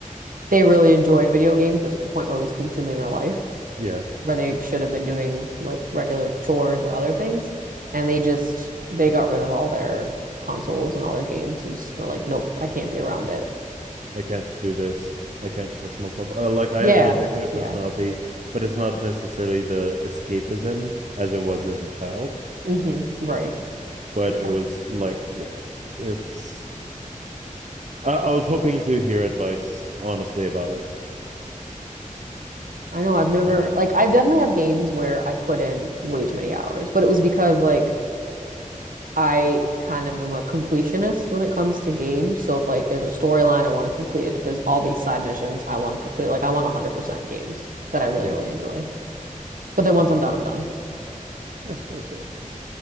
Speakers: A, on the right; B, on the right.
A: they really enjoyed video games, but to the point where it was consuming their life,
B: Yeah,
A: where they should have been doing like regular chores or other things, and they just they got rid of all their consoles and all their games. They just were like, nope, I can't be around it.
B: I can't do this. I can't trust myself. Uh, like I
A: Yeah,
B: have an addictive
A: yeah.
B: personality, but it's not necessarily the escapism as it was as a child.
A: hmm Right.
B: But
A: Yeah.
B: it was like, yeah, it's. I, I was hoping to hear advice, honestly, about it.
A: I know I've never
B: I don't know.
A: like I've definitely have games where I've put in way too many hours, but it was because like I kind of am a completionist when it comes to games. So if like there's a storyline, I want to complete it. If there's all these side missions, I want to complete. it. Like I want 100% games that I really,
B: Yeah,
A: really enjoy. But then once I'm done, I'm done.
B: yeah, that's fair.